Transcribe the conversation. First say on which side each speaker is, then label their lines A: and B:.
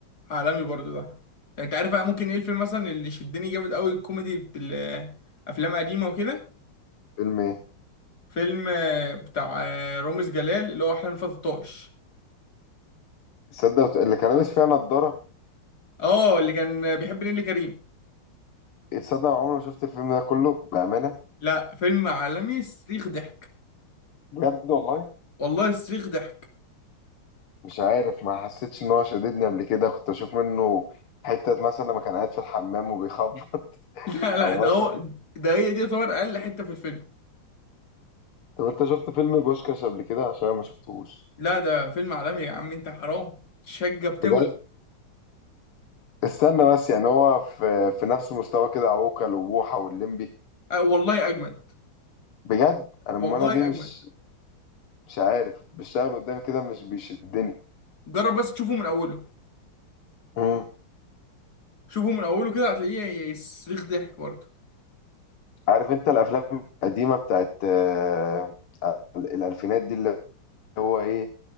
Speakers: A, on the left; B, on the left.
A: عالمي برضو ده انت عارف بقى ممكن ايه الفيلم مثلا اللي شدني جامد قوي الكوميدي بتاع افلام قديمة وكده
B: فيلم ايه
A: فيلم آه، بتاع آه، رامز جلال اللي هو احلام فتى الطائش
B: تصدق وت- اللي كان لابس فيها نضاره
A: اه اللي كان بيحب نيللي كريم
B: تصدق أنا عمري ما شفت الفيلم ده كله بامانه
A: لا فيلم عالمي صريخ ضحك
B: بجد والله
A: والله صريخ ضحك
B: مش عارف ما حسيتش ان هو شددني قبل كده كنت اشوف منه حتة مثلا لما كان قاعد في الحمام وبيخبط
A: <laughs> لا لا
B: او مثلا
A: ده هو ده هي دي تعتبر اقل حته في الفيلم
B: طب انت شفت فيلم البوشكاش قبل كده عشان أنا ما شفتهوش
A: لا ده فيلم عالمي يا عم انت حرام شقه بتولع
B: بجد استنى بس يعني هو في في نفس مستوى كده عوكل وبوحة واللمبي
A: أه والله اجمد
B: بجد انا أمال
A: والله
B: انا ليه مش
A: اجمد
B: مش عارف بيشتغل قدامي كده مش بيشدني
A: جرب بس تشوفه من اوله
B: امم
A: شوفه من اوله كده هتلاقيه ي- ي- صريخ ضحك برضه
B: عارف انت الافلام القديمه بتاعت آه، ال- الالفينات دي اللي هو ايه